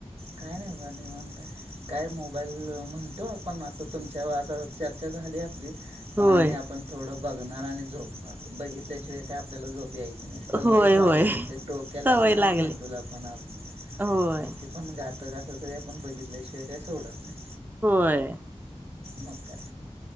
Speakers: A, on the right; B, on the right.
A: काय नाही बघा निवांत हाय. काय मोबाईल म्हणतो आपण असं तुमच्याबर आता चर्चा झाली आपली पण
B: होय,
A: आणि आपण थोड बघणार आणि झोपणार बघितल्याशिवाय का आपल्याला झोप यायची नाही सवयच
B: होय,
A: लागलेली
B: होय.
A: असते डोक्याला
B: सवय
A: पण आणि
B: लागली.
A: मेंदूला पण पण आपलं
B: होय,
A: किती पण घातक असलं तरी आपण बघितल्याशिवाय काही सोडत नाही.
B: होय
A: मग काय?